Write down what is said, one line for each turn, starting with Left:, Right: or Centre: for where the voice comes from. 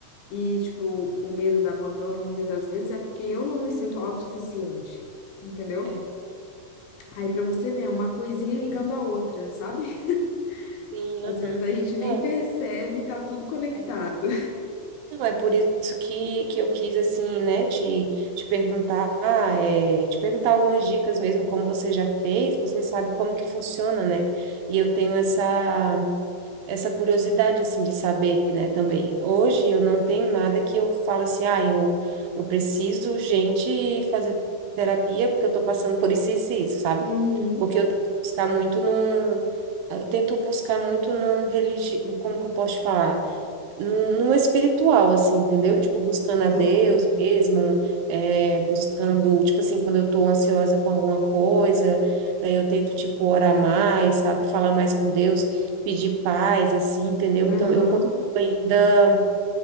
Left: E, tipo, o medo do abandono, muitas das vezes, é porque eu não me sinto autossuficiente, entendeu?
Right: É verdade. Uhum.
Left: Aí, pra você ver, é uma coisinha ligando a outra, sabe? <laughs>
Right: Sim,
Left: Às
Right: aham.
Left: vezes a gente
Right: Não,
Left: nem
Right: é
Left: percebe,
Right: bem.
Left: tá tudo conectado.
Right: É, não, é por isso que, que eu quis, assim, né, te, te perguntar, é, te perguntar algumas dicas mesmo, como você já fez, você sabe como que funciona, né? E eu tenho essa. essa curiosidade assim de saber, né, também. Hoje eu não tenho nada que eu falo assim, ah, eu, eu preciso, gente, fazer terapia porque eu tô passando por isso, isso, e isso, sabe?
Left: Uhum,
Right: Porque eu tento buscar muito num, eu tento buscar muito num religi... como que eu posso te falar? num, num espiritual, assim, entendeu? Tipo, buscando a Deus
Left: sim.
Right: mesmo, é, buscando, tipo assim, quando eu tô ansiosa com alguma coisa, daí eu tento, tipo, orar mais, sabe? Falar mais com Deus, pedir paz, assim, entendeu? Então,
Left: Aham.
Right: eu consigo ainda,